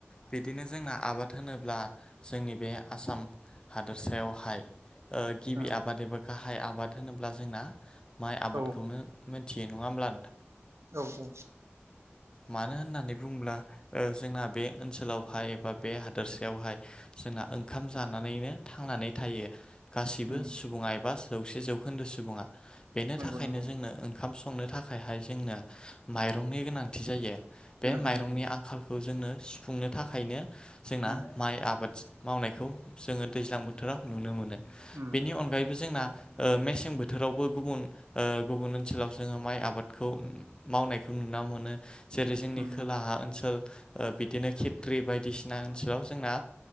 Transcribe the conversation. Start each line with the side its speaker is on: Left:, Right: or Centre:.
Left: बिदिनो जोंना आबाद होनोब्ला जोंनि बे आसाम हादोरसायावहाय गिबि
Right: औ
Left: आबाद एबा गाहाय आबाद होनोब्ला जोंना माइ आबादखौनो
Right: औ
Left: थि नङाब्ला
Right: औ औ
Left: मानो होननानै बुङोब्ला जोंना बे ओनसोलावहाय एबा बे हादोरसायावहाय जोंना ओंखाम जानानैनो थांनानै थायो। गासिबो
Right: उम
Left: सुबुङा एबा जौसे जौखोन्दो सुबुङा बेनि
Right: नंगौ
Left: थाखायनो
Right: नंगौ
Left: जोंनो ओंखाम संनो संनो थाखायहाय जोंनो माइरंनि गोनांथि जायो बे
Right: गोनांथि
Left: माइरंनि
Right: जायो
Left: आंखाल खौ जोंङो सुफुंनो थाखायनो जोंना
Right: उम
Left: माइ आबादजों मावनायखौ जोङो दैज्लां बोथोराव नुनो मोनो
Right: उम
Left: बेनि अनगायैबो जोंना मेसें बोथोरावबो गुबुन गुबुन ओनसोलाव जोङो माइ आबादखौ मावनायखौ नुनो मोनो जेरै जोंनि
Right: उम
Left: खोलाहा ओनसोल बिदिनो खेत्रि बायदिसिना ओनसोलाव जोंना